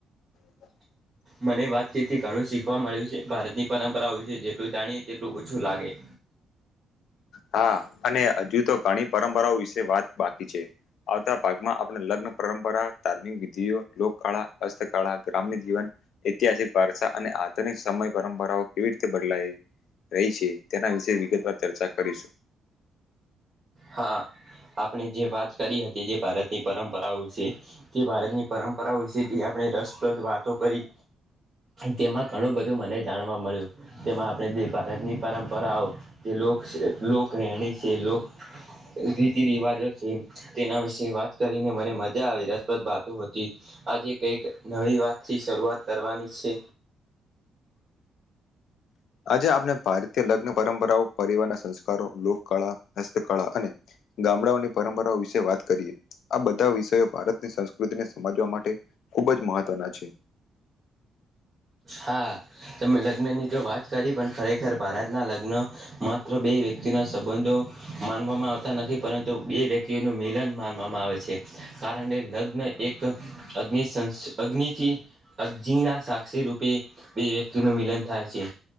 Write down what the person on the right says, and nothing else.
મને વાતચથી ઘણું શીખવા મળ્યું છે ભારતની પરંપરાઓ વિશે જેટલું જાણીએ તેટલું ઓછું લાગે.
હા આપણે જે વાત કરી હતી જે ભારતની પરંપરાઓ છે, તે ભારતની પરંપરાઓ છે જે આપણે રસ વાતો કરી તેમાં ઘણું બધું મને જાણવા મળ્યું, તેમાં આપણે જે ભારતની પરંપરાઓ જે લોક લોક રહેણી છે લો રીતિ રિવાજ તેના વિશે વાત કરીને મને મજા આવી રસપ્રદ વાતો હતી આજે કઈક નવી વાતથી શરૂઆત કરવાની છે.
હા તમે લગ્નની તો વાત કરી પણ ખરેખર ભારતના લગ્ન માત્ર બે વ્યક્તિના સંબંધો માનવામાં આવતા નથી પરંતુ બે વ્યક્તિઓનું મિલન માનવામાં આવે છે. કાર લગ્ન એક અગ્નિ સં અગ્નિથી <unintelligible> સાક્ષી રૂપી બે વ્યક્તિનું મિલન થાય છે